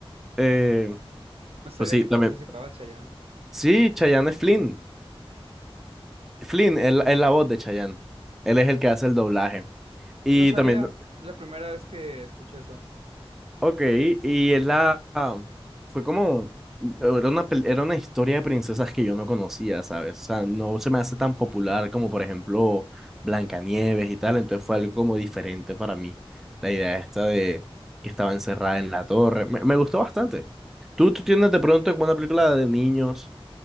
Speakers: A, in the centre; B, on the right.
A: eh,
B: No sabía
A: pues sí,
B: que
A: también.
B: participaba Chayanne.
A: Sí, Chayanne es Flynn. Flynn él es la voz de Chayanne. Él es el que hace el doblaje. Y
B: No sabía,
A: también,
B: la primera vez que escuché eso.
A: ok, y es la... ah, Fue como... Era una, pel- era una historia de princesas que yo no conocía, ¿sabes? O sea, no se me hace tan popular como, por ejemplo, Blancanieves y tal. Entonces fue algo como diferente para mí. La idea esta de que estaba encerrada en la torre. Me, me gustó bastante. ¿Tú, tú tienes de pronto como una película de niños